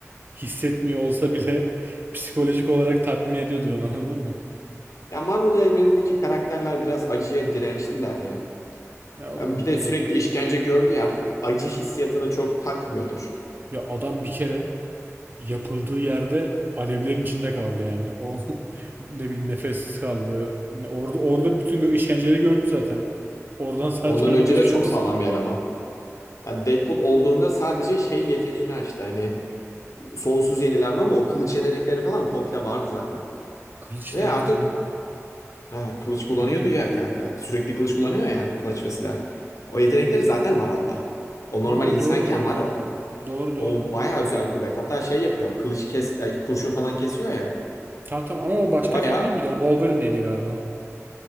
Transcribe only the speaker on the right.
hissetmiyor olsa bile <laughs> psikolojik olarak tatmin ediyordur onu anladın mı?
Ya o
da var
doğru.
Ya adam bir kere yapıldığı yerde alevlerin içinde kaldı yani. O <laughs> ne bileyim nefessiz kaldı. Ne- Orada orada bütün gö- işkenceleri gördü zaten. Oradan sağ
çıkan adam
hiçbir
şey
olmaz
ki.
Kılıç yetenekleri
mi?
Ha
doğru.
Doğru
doğru.
Tamam tamam ama o başka
film değil miydi? O Wolverine'deydi galiba.